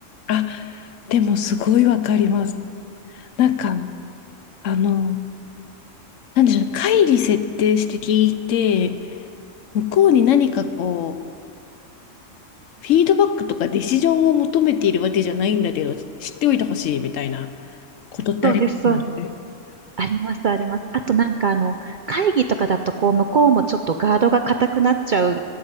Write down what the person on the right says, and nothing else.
そうです、そうですあります、あります。あとなんかあの、会議とかだとこう、向こうもちょっとガードが硬くなっちゃう